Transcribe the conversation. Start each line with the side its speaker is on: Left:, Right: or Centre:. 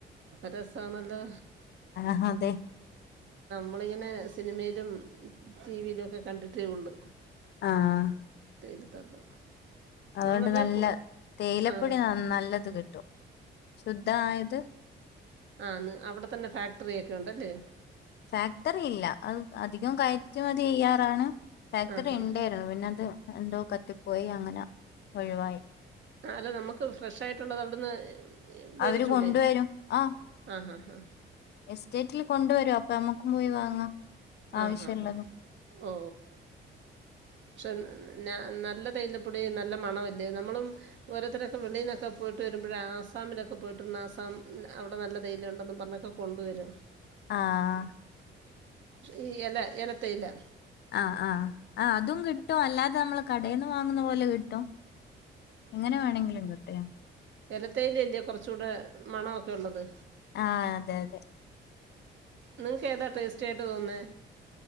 Right: രസണല്ലോ
Left: ആഹ ഹതെ
Right: നമ്മളിങ്ങനെ സിനിമയിലും ടിവിയിലുവൊക്കെ കണ്ടിട്ടേ ഉള്ളു
Left: ആഹ
Right: തേയിലത്തോട്ടം
Left: അതുകൊണ്ട്
Right: നമ്മളെല്ലാം
Left: നല്ല
Right: പോ
Left: തേയിലപ്പൊടി
Right: ആ
Left: നന്നനല്ലത് കിട്ടും ശുദ്ധായത്
Right: ആന്ന് അവിടെ തന്നെ ഫാക്ടറി ഒക്കെ ഉണ്ടല്ലേ
Left: ഫാക്ടറി ഇല്ല അ അധികം കയറ്റുമതിയെയ്യാറാണ് ഫാക്ടറി
Right: ആഹാ
Left: ഇണ്ടായിരുന്നു പിന്നെ അത് എന്തോ കത്തിപ്പോയി അങ്ങന ഒഴിവായി
Right: ആ അല്ല നമുക്ക് ഫ്രഷ് ആയിട്ടുള്ളത് അവിടുന്ന് <unintelligible> മേടിച്ചൂടെ?
Left: അവര് കൊണ്ടുവരും ആഹ്
Right: ആഹാഹാ.
Left: എസ്റ്റേറ്റിൽ കൊണ്ടു വരും അപ്പ നമ്മുക്കും പോയി വാങ്ങാം ആവശ്യള്ളത്
Right: ആഹാഹാ. ഓ പക്ഷേ ന നല്ല തേയില പൊടി നല്ല മണം അല്ലേ നമ്മളും ഓരോത്തരൊക്കെ വെളിന്നൊക്കെ പോയിട്ട് വരുമ്പ ഴേ ആസാമിലൊക്കെ പോയിട്ട് ആസാം അവിടെ നല്ല തേയില ഉണ്ടെന്ന് പറഞ്ഞൊക്കെ കൊണ്ടുവരും
Left: ആങ്ഹ് ആ
Right: ഈ എല എലത്തേയില
Left: ആ ആ ആ അതും കിട്ടും അല്ലാതെ നമ്മള് കടേന്ന് വാങ്ങുന്ന പോലെ കിട്ടും എങ്ങനെ വേണെങ്കിലും കിട്ടി
Right: എലത്തേയില അല്ലയോ കൊറച്ച് കൂട മണോക്കെ ഒ ള്ളത്
Left: ആ അതെ അതെ
Right: നിങ്ങക്ക് ഏതാ ടേസ്റ്റായിട്ട് തോന്നേ